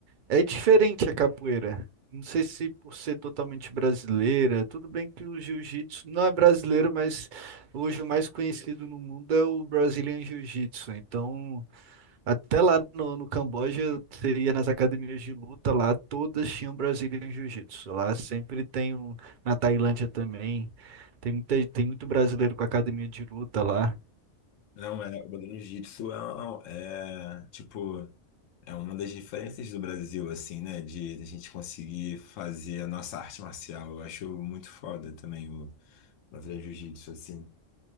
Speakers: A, on the right (about 55°); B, on the left (about 85°).
A: é diferente a capoeira. Não sei se por ser totalmente brasileira, tudo bem que o jiu-jitsu não é brasileiro, mas hoje o mais conhecido no mundo é o Brazilian Jiu-Jitsu. Então. Até lá no, no Camboja, você ia nas academias de luta lá, todas tinham Brazilian Jiu-Jitsu. Lá sempre tem um, na Tailândia também, tem muita, tem muito brasileiro com academia de luta lá.
B: Não, é, o Bailarino Jiu-Jitsu é, é, tipo, é uma das referências do Brasil, assim, né? De a gente conseguir fazer a nossa arte marcial. Eu acho muito foda também o Bailarino Jiu-Jitsu, assim.